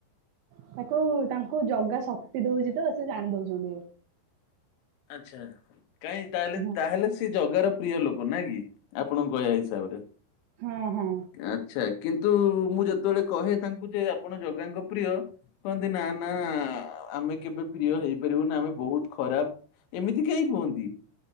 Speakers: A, on the right; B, on the left.
A: ତାକୁ ତାଙ୍କୁ ଜଗା ଶକ୍ତି ଦଉଛି ତ, ସେ ଜାଣି ଦଉଛନ୍ତି।
B: ଆଚ୍ଛା! କାଇଁ ତାହେଲେ
A: ହଁ
B: ତାହେଲେ ସେ ଜଗାର ପ୍ରିୟ ଲୋକ ନା କି? ଆପଣଙ୍କ କହିବା ହିସାବରେ।
A: ହଁ ହଁ।
B: ଆଚ୍ଛା! କିନ୍ ତୁ ମୁଁ ଯେତେବେଳେ କହେ ତାଙ୍କୁ ଯେ ଆପଣ ଜଗାଙ୍କ ପ୍ରିୟ କହନ୍ତି ନା ନା ଆ ଆମେ କେବେ ପ୍ରିୟ ହେଇପାରିବୁନି, ଆମେ ବହୁତ ଖରାପ। ଏମିତି କାହିଁ କୁହନ୍ତି